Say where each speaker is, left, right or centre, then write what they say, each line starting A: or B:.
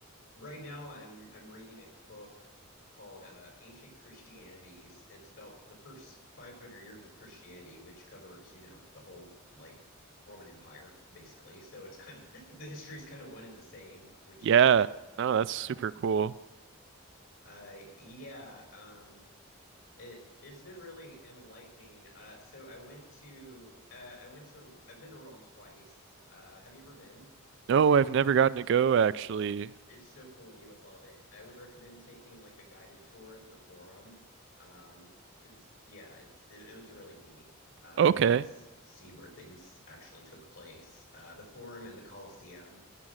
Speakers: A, on the left; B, on the right.
A: Right now, I'm I'm reading a book called uh, Ancient Christianities. It's about the first 500 years of Christianity, which covers, you know, the whole like Roman Empire, basically. So it's kind of <laughs> the history is kind of one and the same, which
B: Yeah,
A: is
B: no, that's super
A: uh
B: cool.
A: uh yeah, um it it's been really enlightening. Uh so I went to uh I went to I've been to Rome twice. Uh have you ever been?
B: No, I've never gotten to go actually.
A: It's so cool. You would love it. I would recommend taking like a guided tour of the forum. Um, because yeah, it's it, it was really neat. Uh,
B: Okay,
A: games see where things actually took place. Uh, the forum and the Colosseum,